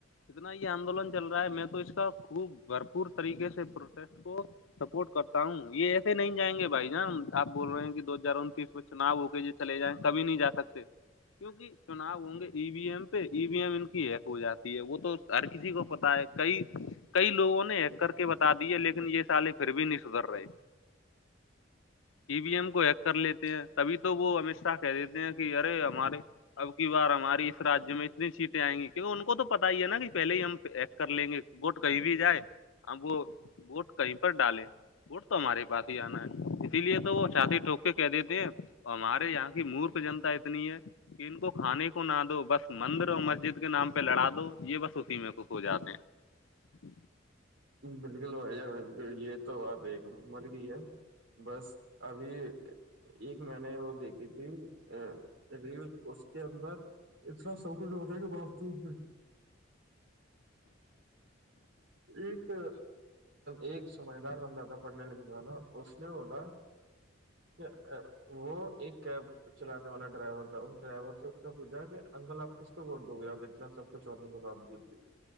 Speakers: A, on the left; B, on the right.
A: اتنا یہ آندولن چل رہا ہے میں تو اس کا خوب بھرپور طریقے سے پروٹیسٹ کو سپورٹ کرتا ہوں یہ ایسے نہیں جائیں گے بھائی ج آپ بول رہے ہیں کہ دو ہزار انتیس میں چناؤ ہو کے ج چلے جائیں کبھی نہیں جا سکتے کیونکہ چناؤ ہوں گے ای وی ایم پھر ای وی ایم ان کی ہے ہو جاتی ہے وہ تو ہر کسی کو پتا ہے کئی کئی لوگوں نے ہیک کر کے بتا دی ہے لیکن یہ سالے پھر بھی نہیں سدھر رہے ای وی ایم کو ہ کر لیتے ہیں تبھی تو وہ امت شاہ کہ دیتے ہیں کہ یرے ہمارے اب کی بار ہماری اس رجیہ میں کتنی سیٹیں آئیں گی کیونکہ ان کو تو پتا ہی ہے نا کہ پہلے ہی ہم ایکیک کر لیں گے ووٹ کہیں بھی جائے اب وہ ووٹ کہیں پر ڈالیں ووٹ تو ہمارے پاس ہی جانا ہے اسی لیے تو وہ چھاتی ٹوک کے کہ دیتے ہیں ہمارے یہاں کی مورکھ جنتا اتنی ہے ان کو کھانے کو نہ دو بس مندر اور مسجد کے نام پہ لڑا دو یہ بس اسی میں ک ہو جاتے ہیں
B: بالکل بائیار یہ تو آ دیکھ ل مر گئی بس ابھی ایک میں نے وہ دیکھیھی تھی ا ریل اس کے اندر اتنا سب کچھ ہوتا ہے کہ ب چ ایک ایک سمجھدار بنتا تھا پڑھنے لکھنے والا اس نے بولا کہ وہ ایک کیب چلانے والا ڈرائیور تھا اس ڈرائیور سے اس نے پوچھا کہ انکل آپ کس کو ووٹ دو گے انا سب کچھ ہونے کے باوجود بھی